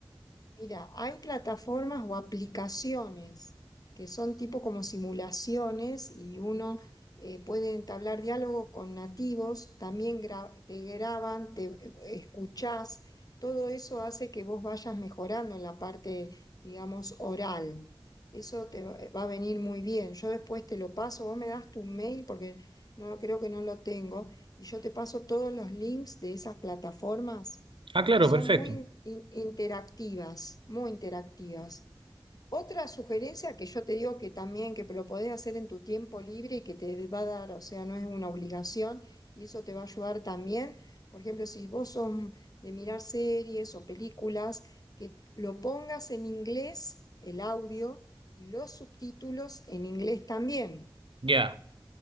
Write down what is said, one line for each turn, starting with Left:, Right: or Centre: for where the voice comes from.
Left: Mira, hay plataformas o aplicaciones que son tipo como simulaciones y uno eh, puede entablar diálogo con nativos, también gra- te graban, te eh, escuchás, todo eso hace que vos vayas mejorando en la parte, digamos, oral. Eso te va va a venir muy bien. Yo después te lo paso, vos me das tu mail porque no creo que no lo tengo y yo te paso todos los links de esas plataformas
Right: Ah, claro,
Left: que son
Right: perfecto.
Left: muy in- in- interactivas, muy interactivas. Otra sugerencia que yo te digo que también, que lo podés hacer en tu tiempo libre y que te va a dar, o sea, no es una obligación y eso te va a ayudar también, por ejemplo, si vos son de mirar series o películas, que lo pongas en inglés, el audio, y los subtítulos en inglés también
Right: Ya,